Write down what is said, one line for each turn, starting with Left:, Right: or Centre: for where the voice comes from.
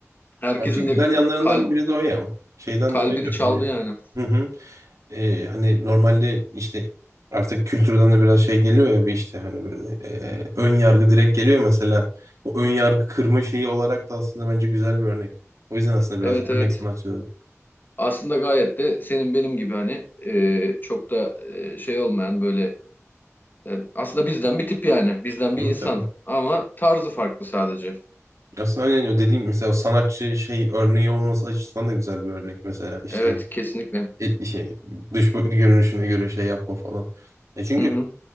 Left: herkesin
Right: Bence güzel
Left: de
Right: yanlarından
Left: kalp
Right: biri de o ya. Şeyden
Left: kalbini
Right: dolayı diyorum
Left: çaldı
Right: hani
Left: yani.
Right: hı hı. Ee, hani normalde işte artık kültürden de biraz şey geliyor ya bir işte hani böyle e, ön yargı direkt geliyor mesela. O ön yargı kırma şeyi olarak da aslında bence güzel bir örnek. O yüzden aslında biraz
Left: Evet
Right: örnek
Left: evet.
Right: sanatçı. dedim.
Left: Aslında gayet de senin benim gibi hani e, çok da e, şey olmayan böyle e, aslında bizden bir tip yani. Bizden
Right: Tabii
Left: bir insan
Right: tabii.
Left: ama tarzı farklı sadece.
Right: Aslında hani o dediğim mesela o sanatçı şey örneği olması açısından da güzel bir örnek mesela işte.
Left: Evet kesinlikle.
Right: et- şey dış bak- görünüşüne göre şey yapma falan. E çünkü
Left: Hı hı,